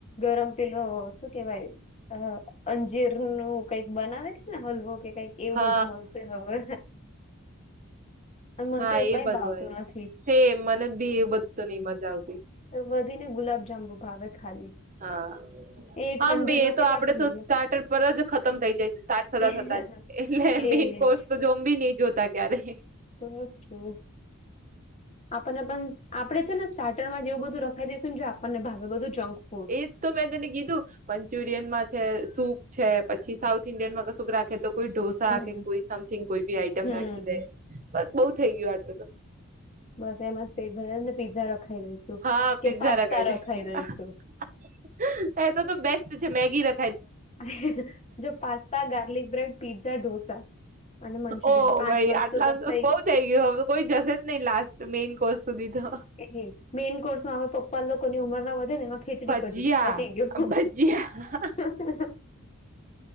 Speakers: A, on the left; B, on the right.
A: ગરમ પેલું શું કેવાયું અ અંજીર નું કઈક બનાવે છે ને હલવો કે કઈક એવું
B: હા
A: બધું મળશે હવે. અને મને
B: હા
A: તો એવું
B: એ
A: કઈ
B: બધું
A: ભાવતું
B: આઈ થીંક
A: નથી
B: સેમ મને ભી એવું બધું તો નઈ મજા આવતી.
A: તો બધી ને ગુલાબ જાંબુ ભાવે ખાલી.
B: હા.
A: એ ઠંડીમાં
B: આમ બે એ
A: કેવા
B: તો આપડે
A: થઈ
B: તો સ્ટાર્ટર પર જ ખતમ થઈ જાય છે સ્ટાર્ટ
A: ગયા
B: થતા થતા જ. એટલે
A: એજ
B: મેન કોર્સ તો જોમ બી નહી જોતા ક્યારે.
A: તો ને શું આપણને પણ આપડે છે ને સ્ટાર્ટર માં જેવું બધું રખાઈ દઈશું ને જો આપણને ભાવે બધું જંક ફૂડ.
B: એજ તો મેં તેને કીધું મંચુરિયનમાં છે સૂપ છે પછી સાઉથ ઈન્ડિયનમાં કશું રાખે તો કોઈ ઢોસા
A: હમ
B: કે કોઈ સમથિંગ કોઈ બી આઈટમ
A: હમ
B: રાખી દે બસ બઉુ થઈ ગયો આટલું તો.
A: બસ એમાં જ પેટ ભર ને પીઝા રખાઈ દઈશું
B: હા
A: કે
B: પીઝા
A: પાસ્તા
B: લગાવી દે
A: રખાઈ દઈશું.
B: <unintelligible> એ તો તો બેસ્ટ છે મેગી રા
A: હે હે હે જો pasta garlic bread pizza dosa. અને મંચુરિયન
B: ઓ
A: પાંચ
B: ભાઈ
A: વસ્તુ
B: આટલા તો
A: થઈ
B: બઉ થઇ ગયું હવે કોઈ જશે જ નહી લાસ્ટ મેન કોર્સ સુધી તો.
A: એ કે મેન કોર્સમાંમે પપ્પા લોકોની ઉંમર ના વધે ને એમાં ખીચડી
B: ભજીયા
A: કઢી પતી ગયો.
B: <unintelligible>
A: <unintelligible>